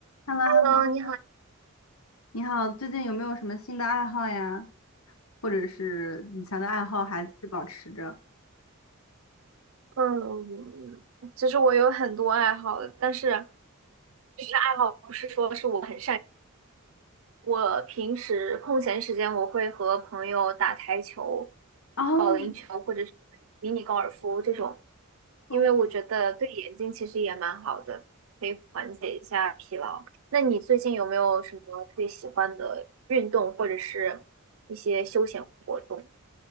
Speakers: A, on the left; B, on the right.
A: h e l l o
B: 嗯，
A: h e l l
B: 你好，
A: o 你好，最近有没有什么新的爱好呀？或者是以前的爱好还是保持着？
B: 嗯，其实我有很多爱好的，但是其实爱好不是说是我很，我平时空闲时间我会和朋友打台球、
A: 哦，
B: 保龄球或者是迷你高尔夫这种，
A: 哦，
B: 因为我觉得对眼睛其实也蛮好的，可以缓解一下疲劳。那你最近有没有什么特别喜欢的运动或者是一些休闲活动？